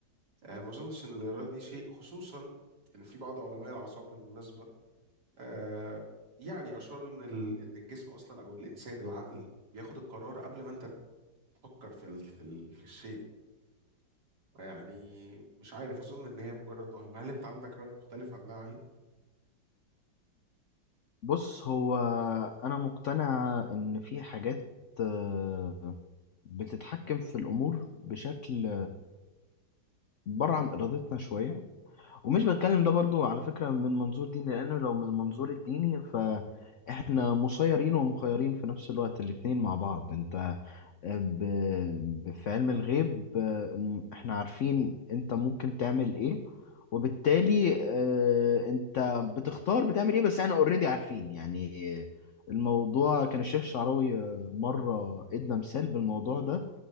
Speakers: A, on the right; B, on the left.
A: آه ما اظنش ان الاراده دي شيء خصوصا ان في بعض علماء الاعصاب بالمناسبه آه يعني اشاروا ان ال- ان الجسم اصلا او الانسان العقل بياخد القرار قبل ما انت تفكر في ال في, ال في الشيء يعني مش عارف أظن إن هي مجرد وهم هل أنت عندك رأي مختلف عن ده علي؟
B: بص هو أنا مقتنع إن في حاجات آه بتتحكم في الأمور بشكل بره عن إرادتنا شوية ومش بتكلم ده برضو على فكرة من منظور ديني لأنه لو من المنظور الديني فإحنا مسيرين ومخيرين في نفس الوقت الاتنين مع بعض أنت آه، ب... ب- في علم الغيب آه، إحنا عارفين أنت ممكن تعمل إيه وبالتالي آه، أنت بتختار بتعمل إيه بس إحنا أوريدي عارفين يعني آه، الموضوع كان الشيخ الشعراوي آه، مرة إدى مثال بالموضوع ده